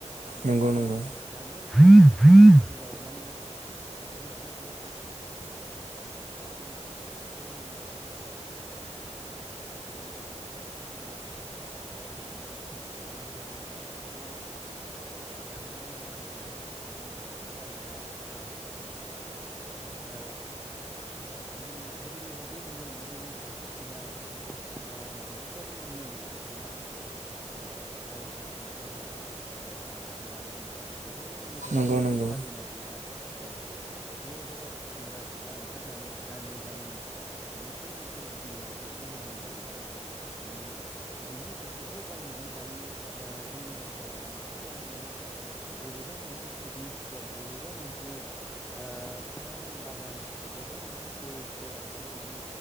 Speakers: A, in the centre; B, on the right.
A: ओ
B: नंगौ नंगौ
A: नाथाय दानि जोलाव माने बैसागो फोरबोखौबो नाथाय ओ फालिनायखौ खम नुनो मोनसै आरोखि नोंथां माने बांसिनानो फालिला बा बावलांबाय मानि बांसिनानो मानि जानाय लोंनायजोंल' मानि बेखौ फालिग्रा जाबाय आरोखि नोंथां। ओ दा मानि गोदोनि बायदि नियम माने मोसौ थुखैनाय ओ बेफोरबायदि नियम गैला आरोखि। उम बे लाव जा फान्थाव जा बोसोर बोसोर एर हानजा हानजा होनलायनाय बेफोरखौ मेथाइ
B: नंगौ
A: खननानै
B: नंगौ
A: फालिनाय गैला। औ ज' ज' सेंग्रा सिख्ला ओंखारनानै गामि गामि न'खर न'खर गिदिंनाय बेफोर नियम गैला माने बिनि बेखौ गारनानै दानि ओ जोंनि ओनसोलाव बांसिनानो माने बबेबा मोनसे पिकनिक स्पर्ट बबेबा मोनसे ओ बिफां बागान बबेबा मोनसे दै सेरावसो माने